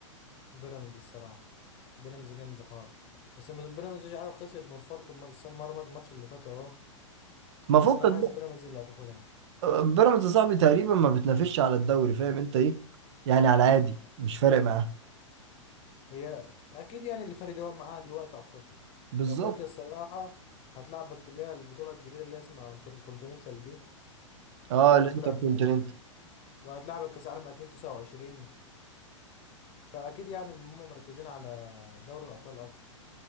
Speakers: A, on the left (about 35°); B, on the right (about 60°).
A: بيراميدز الصراحه بيراميدز جامد خالص بس م- بيراميدز مش عارف خسرت من فاركو الم- السنه مره الماتش اللي فات اهو
B: ما
A: بس
B: فكك
A: انا حاسس
B: بقى،
A: بيراميدز اللي هتاخدها
B: بيراميدز يا صاحبي تقريبا ما بتنافسش على الدوري فاهم انت ايه يعني على العادي مش فارق معاه
A: هي اكيد يعني اللي فارق هو معاها دلوقتي افريقيا
B: بالظبط
A: هي افريقيا الصراحه هتلعبك اللي هي البطوله الجديده اللي اسمها انتر كونتيننتال دي
B: اه
A: اللي
B: الانتر
A: طلع منها
B: كونتيننتال
A: دي وهتلعبك كاس عالم 2029 فاكيد يعني هم مركزين على دوري الابطال اكتر